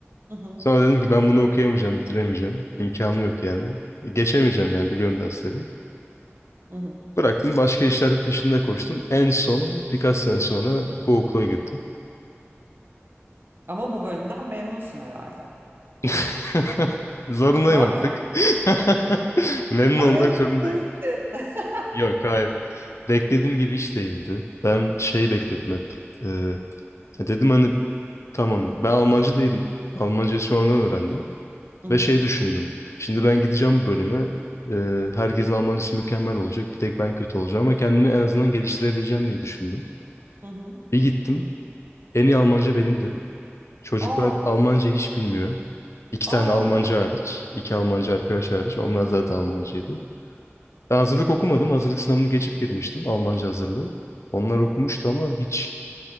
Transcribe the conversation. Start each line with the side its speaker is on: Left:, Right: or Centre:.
Right: Hı hı.
Left: Sonra dedim ki ben bunu okuyamayacağım, bitiremeyeceğim. İmkanı yok yani. E, Geçemeyeceğim yani biliyorum dersleri.
Right: Hı hı.
Left: Bıraktım başka işler peşinde koştum. En son birkaç sene sonra bu okula girdim.
Right: Ama bu bölümden memnunsun herhalde.
Left: <laughs> Zorundayım
Right: Lan
Left: artık. <laughs> Memnun olmak
Right: memnun
Left: zorundayım.
Right: değilsin. <laughs>
Left: Yok hayır. Beklediğim gibi hiç değildi. Ben şey bekledim hep. Ee, ya dedim hani Tamam. Ben Almancı değilim. Almancayı sonradan öğrendim.
Right: Hı hı.
Left: Ve şey düşündüm. Şimdi ben gideceğim bu bölüme. e, herkesin Almancısı mükemmel olacak. Bir tek ben kötü olacağım ama kendimi en azından geliştirebileceğim diye düşündüm.
Right: Hı hı.
Left: Bir gittim. En iyi Almanca benimdi. Çocuklar
Right: Aa,
Left: Almanca hiç bilmiyor. İki
Right: aa.
Left: tane Almanca hariç. iki Almanca arkadaş hariç. Onlar zaten Almancıydı. Ben hazırlık okumadım. Hazırlık sınavını geçip girmiştim. Almanca hazırlığı. Onlar okumuştu ama hiç.